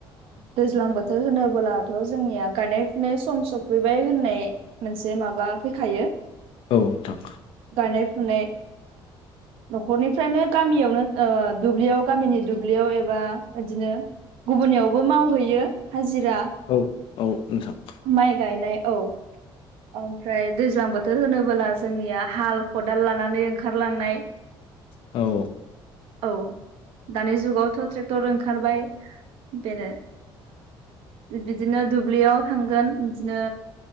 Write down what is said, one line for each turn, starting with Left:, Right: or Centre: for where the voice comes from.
Right: दैज्लां बोथोर होनोबोलाथ जोंनिया गायनाय फुनाय सम सफैबाय होनो नाय मोनसे माबा फैखायो
Left: औ नोंथां
Right: गायनाय फुनाय न'खरनिफ्रायनो गामियावनो दुब्लियाव गामिनि दुब्लियाव एबा बिदिनो गुबुननियावबो मावहैयो हाजिरा
Left: औ औ नोंथां
Right: माइ गायनाय औ ओमफ्राय दैज्लां बोथोर होनोबोला जोंनिया हाल खदाल लानानै ओंखारलांनाय
Left: औ
Right: औ दानि जुगावथ' ट्रेक्टर ओंखारबाय बेनो बिदिनो दुब्लियाव थांगोन बिदिनो